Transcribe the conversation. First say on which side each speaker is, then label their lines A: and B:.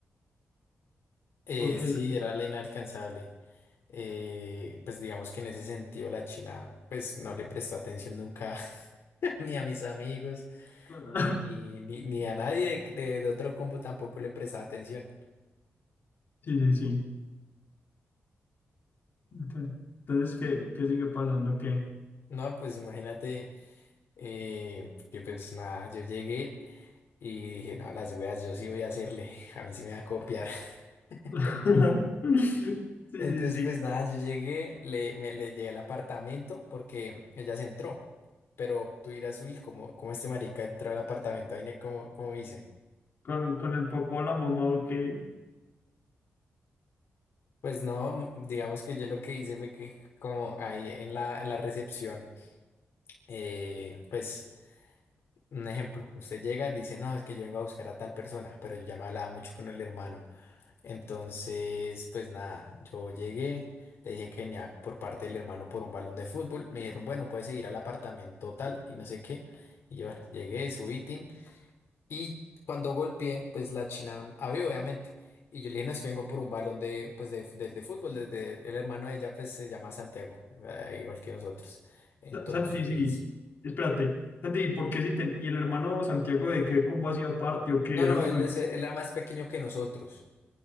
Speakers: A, on the left; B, on the left.
A: eh,
B: ¿O qué?
A: sí, era la inalcanzable. Eh, pues digamos que en ese sentido la China pues no le prestó atención nunca <laughs> ni a mis amigos
B: <laughs>
A: ni, ni, ni a nadie de, de otro combo tampoco le prestaba atención.
B: Sí, sí, sí. Ok. Entonces, ¿qué, qué sigue pasando? ¿Qué?
A: No, pues imagínate eh, que pues nada, yo llegué y dije, no, las weas yo sí voy a hacerle, <laughs> a mí sí me va a copiar. <laughs> Entonces,
B: <laughs> Sí,
A: entonces,
B: sí, sí.
A: pues nada, yo llegué, le, me, le llegué al apartamento porque ella se entró, pero tú dirás, uy, como, como este marica entró al apartamento, ahí ne- como, como dice.
B: ¿Con, con el papá o la mamá o qué?
A: Pues no, digamos que yo lo que hice fue que como ahí en la, en la recepción, eh, pues un ejemplo, usted llega, dice, no, es que yo vengo a buscar a tal persona, pero yo ya me hablaba mucho con el hermano. Entonces, pues nada, yo llegué, le dije que venía por parte del hermano por un balón de fútbol, me dijeron, bueno, puedes seguir al apartamento tal y no sé qué. Y yo, bueno, llegué, subí, tin, y cuando golpeé, pues la china abrió, obviamente. Y yo le dije, no, es que vengo por un balón de, pues de, del de fútbol, desde el hermano de ella, pues se llama Santiago, eh, igual que nosotros. Entonces,
B: Sa- Santi, sí, espérate. Santi, ¿y ¿por qué si te... ¿Y el hermano Santiago de qué combo hacía parte o qué
A: no,
B: era
A: no,
B: amigo?
A: él,
B: de-
A: es- él era más pequeño que nosotros.